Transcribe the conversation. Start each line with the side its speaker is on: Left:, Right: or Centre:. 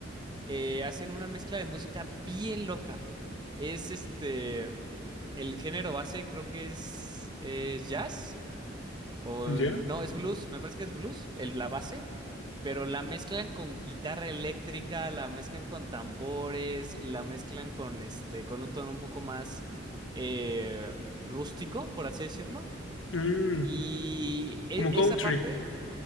Right: eh, hacen una mezcla de música bien loca. Es este, mm, el género base creo que es, eh, jazz o
Left: ¿Ya?
Right: el- no, es blues, me parece que es blues, el- la base, pero la mezclan con guitarra eléctrica, la mezclan con tambores, la mezclan con este, con un tono un poco más eh, rústico, por así decirlo.
Left: Mm,
Right: Y e-
Left: como
Right: esa
Left: country.
Right: parte